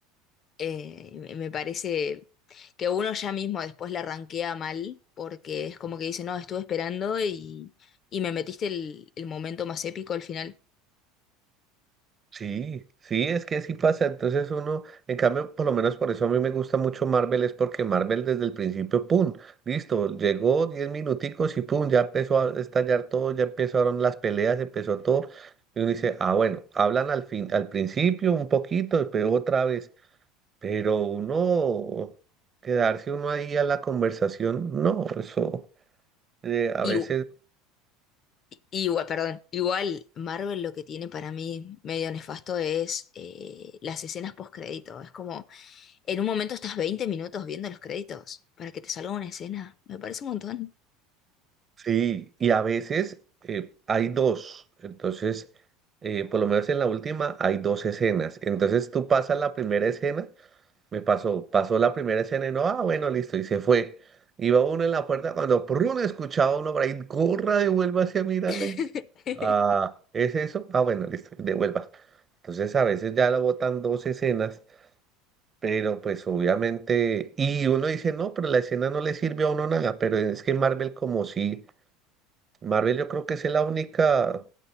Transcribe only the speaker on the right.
Sí, sí, es que sí pasa. Entonces uno, en cambio, por lo menos por eso a mí me gusta mucho Marvel, es porque Marvel desde el principio, ¡pum! Listo, llegó 10 minuticos y ¡pum! Ya empezó a estallar todo, ya empezaron las peleas, empezó todo. Y uno dice, ah, bueno, hablan al fin, al principio un poquito, pero otra vez. Pero uno, quedarse uno ahí a la conversación, no, eso eh, a
veces
Sí, y a veces eh, hay dos, entonces, eh, por lo menos en la última hay dos escenas, entonces tú pasas la primera escena, me pasó, pasó la primera escena y no, ah, bueno, listo, y se fue. Iba uno en la puerta cuando prrrun, escuchaba uno por ahí, corra, devuélvase a mirarla.
y, Ah, ¿es eso? Ah, bueno, listo, devuelvas. Entonces a veces ya la botan dos escenas, pero pues obviamente, y uno dice, no, pero la escena no le sirve a uno nada, pero es que Marvel como si Marvel yo creo que es la única